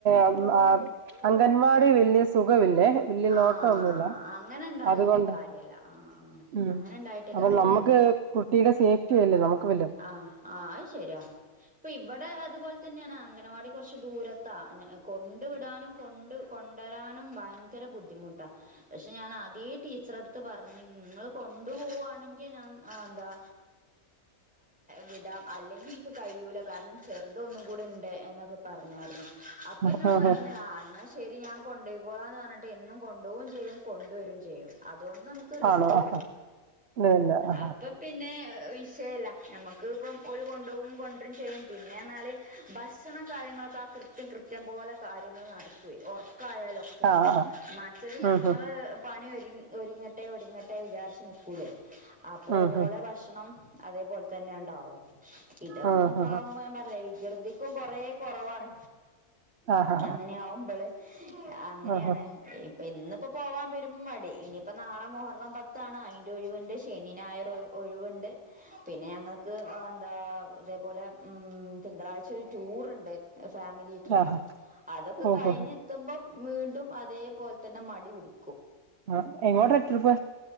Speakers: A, on the right; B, in the centre.
A: അം അംഗൻവാടി വലിയ സുഖമില്ലേ. വലിയ
B: ആഹ്
A: നോട്ടമൊന്നുമില്ല
B: അങ്ങനെണ്ടായിട്ട്
A: അതുകൊണ്ട്
B: കാര്യല്ല ആഹ് ആഹ്
A: ഉം
B: അങ്ങനെണ്ടായിട്ട്
A: അപ്പൊ
B: കാര്യല്ല
A: നമുക്ക്
B: അംഗ
A: കുട്ടിയുടെ സേഫ് റ്റു അല്ലേ നമക്ക് വല്
B: ആഹ് ആത് ശരിയാ ഇപ്പൊ ഇവടെ അതുപോലെ തന്നെയാണ് അംഗനവാടി കൊറച്ച് ദൂരത്താ ഞൻ കൊണ്ടു വിടാനും കൊണ്ട് കൊണ്ടുവരാനും ഭയങ്കര ബുദ്ധിമു പക്ഷെ ഞാൻ ആദ്യ ടീച്ചർ അടുത്ത് പറഞ്ഞു നിങ്ങൾ കൊണ്ടു പോവുവാണെങ്കിൽ ഞാൻ എന്താ വിടാം അല്ലെങ്കിൽ എനിക്ക് കഴിയൂല്ല കാരണം ചെറുതൊന്നും കൂടെ ഉണ്ട് എന്നൊക്കെ പറഞ്ഞായിരുന്നു അപ്പൊ
A: ഉം
B: എന്നോട് പറഞ്ഞാ ആ എന്ന ശരി ശരി ഞാൻ കൊുപോയിക്കോളാം എന്ന് പറഞ്ഞിട്ട് എന്നും കൊണ്ടുപോകയും ചെയ്യും കൊണ്ട വരും ചെയ്യും അതുകൊണ്ട് നമുക്ക് പ്പറിസ്കില്ല
A: ആണോ ഇല്ല ഇല്ല ആഹ്
B: അപ്പൊ പിന്നെ വിഷയല്ല നമ്മുക്ക് ഇപ്പം ഒരു കൊണ്ട പോവും കൊണ്ടും ചെയ്യും പിന്നെ എന്നാല് ഭക്ഷണം കാര്യങ്ങളൊക്കെ ആ കൃത്യം കൃം ത്യം പോലെ കാര്യങ്ങൾ നടക്കുകയും ഉറക്കായാലൊക്കെ ഓക്കെ
A: ആഹ്
B: മറ്റത് നമ്മൾ
A: ആഹ്
B: പണി ഒരു ഒരുങ്ങട്ടെ ഒരുങ്ങട്ടെ ഇട്ട വിചാരിച്ച് നിക്കൂലേ അപ്പൊ
A: ആഹ്
B: ഓല ഭക്ഷണം അതേപോലെ തന്നെ ഉണ്ടാവും ഇത
A: ആഹ്
B: പ്പ
A: ആഹ്
B: പറല്ല വികൃതിക്കും കൊറ കുറവാണ്
A: ആഹ് ആഹ്
B: അങ്ങനെയ ആവുമ്പോള് അങ്ങനെയാണ്
A: ആഹ്
B: ഇപ്പൊ ഇന്നിപ്പോ പോവാൻ വരും മടി ഇനിയിപ്പ നാളെ മുഹറം പത്താണ് അയിന്റെ ഒഴിവുണ്ട് ശനി ഞായറ് ഒഴിവുണ്ട് പിന്നെ ഞങ്ങൾക്ക് എന്താ ഇതേപോലെ തിങ്കളാഴ്ച ഒരു ടൂറുണ്ട് ഫാമിലി ട്രിപ്പാ
A: ആഹ് ആഹ്
B: അതൊക്കെ
A: ഓഹോ
B: കഴിഞ്ഞ് ക്കുമ്പോം വീണ്ടും അതേപോലെ തന്നെ മടി പിടിക്കും
A: ആ എങ്ങോട്ട് ട്രിപ്പ്